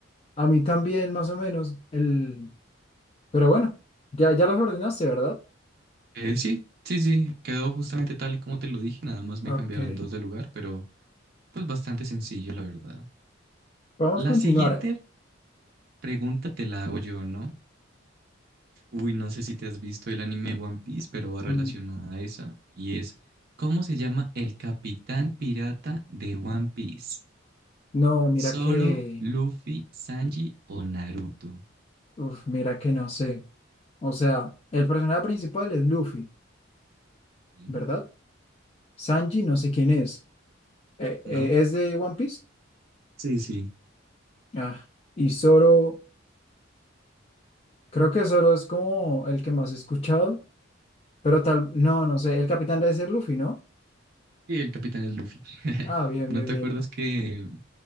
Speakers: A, on the left; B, on the right.
A: A mí también, más o menos. El... Pero bueno, ya, ya los ordenaste, ¿verdad?
B: Eh, sí, sí, sí, quedó justamente tal y como te lo dije, nada más me
A: Ok,
B: cambiaron dos de lugar, pero pues bastante sencillo, la verdad.
A: vamos
B: La
A: a continuar.
B: siguiente pregunta te la hago yo, ¿no? Uy, no sé si te has visto el anime One Piece, pero va relacionada
A: Mm.
B: a esa, y es, ¿cómo se llama el capitán pirata de One Piece?
A: No, mira
B: ¿Zoro,
A: que,
B: Luffy, Sanji o Naruto?
A: uf, mira que no sé. O sea, el personaje principal es Luffy,
B: ¿Mm?
A: ¿verdad? Sanji no sé quién es. Eh,
B: ¿No?
A: eh, ¿es de One Piece?
B: Sí, sí.
A: Ah, y Zoro, creo que Zoro es como el que más he escuchado, pero tal, no, no sé, el capitán debe ser Luffy, ¿no?
B: Sí, el capitán es Luffy. <laughs>
A: Ah, bien,
B: ¿No
A: bien,
B: te
A: bien.
B: acuerdas que